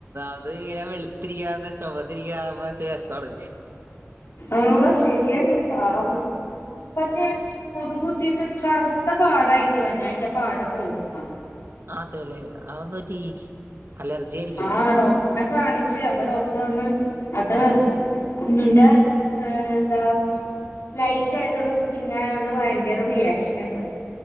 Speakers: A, on the right; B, on the left.
A: അത് ഇങ്ങനെ വെളുത്തിരിക്കാത്തെ ചൊവന്നിരിക്കാ കാണുമ്പോ രസാണ്
B: ആഹ് ശരിയാണ് പാവം പക്ഷെ കൊതുക് കുതീട്ട് കറ് ത്ത പാടായിട്ട് വനേ അയിന്റെ പാട് പോക്മ്പോ
A: ആതെല്ലേ അഹ് ന്ത് പറ്റി അലർജി ആയിരിക്കും
B: ആഹ ഡോക്ടറിനെ കാണിച്ച് അപ്പൊ ഡോക്ടർ പറിഞ്ഞ് അത്
A: ആഹ്
B: കുഞ്ഞിന്റെ ഏ എന്താ ലൈറ്റ് ആയിട്ടുള്ള സ്കിന്നായോണ്ട് ഭയങ്കര റിയാക്ഷന് ഇണ്ടന്ന്